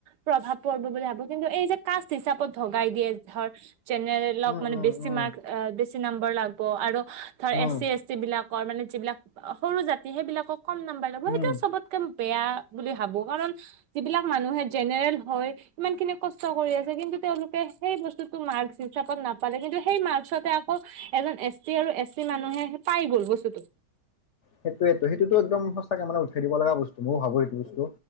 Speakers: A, on the right; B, on the left.
A: প্ৰভাৱ পৰিব বুলি ভাবোঁ কিন্তু এই যে কাষ্ট হিচাপত ভগাই দিয়ে ধৰ জেনেৰে
B: উম
A: মানে
B: উম
A: বেছি
B: উম
A: মাৰ্ক বেছি নাম্বৰ লাগব আৰু ধৰ এছ
B: উম
A: চি এছ যিবিলাকৰ মানে যিবিলাক সৰু জাতি সেইবিলাকক কম নাম্বাৰ ল'ব সেইটো
B: উম
A: চবত চবতকে বেয়া বুলি ভাবোঁ কাৰণ যিবিলাক মানুহে জেনেৰেল হয় ইমানখিনি কষ্ট কৰি আছে, কিন্তু তেওঁলোকে সেই বস্তু মাৰ্কচ হিচাপত নাপালে কিন্তু সেই মাৰ্কচতে আকৌ এজন এছ টি আৰু এছ চি মানুহে পাই গ'ল বস্তুটো।
B: সেইটোৱেটো সেইটোতো একদম সঁচাকে মানে উঠাই দিব লগা বস্তু, মই ভাবোঁ সেইটো বস্তু।